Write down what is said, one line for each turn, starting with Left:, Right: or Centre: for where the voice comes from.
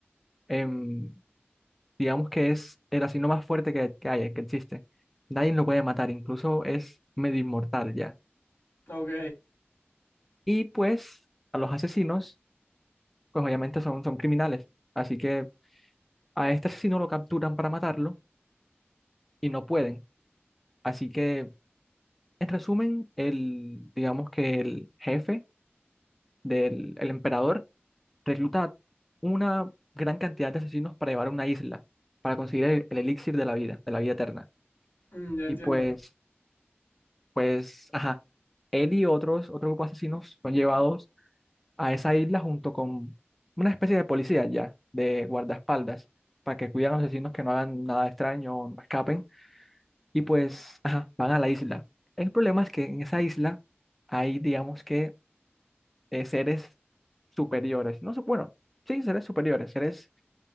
Centre: em, digamos que es el asesino más fuerte que, que hay, que existe. Nadie lo puede matar, incluso es medio inmortal ya.
Left: Ok.
Centre: Y pues a los asesinos, pues obviamente son, son criminales, así que a este asesino lo capturan para matarlo y no pueden. Así que, en resumen, el, digamos que el jefe del el emperador recluta una gran cantidad de asesinos para llevar a una isla, para conseguir el, el elixir de la vida, de la vida eterna.
Left: Mm, ya
Centre: Y
Left: entiendo.
Centre: pues Pues, ajá, él y otros, otro grupo de asesinos son llevados a esa isla junto con una especie de policía ya, de guardaespaldas, para que cuiden a los asesinos que no hagan nada extraño, o no escapen, y pues, ajá, van a la isla. El problema es que en esa isla hay, digamos que, eh, seres superiores, no sé, bueno, sí, seres superiores, seres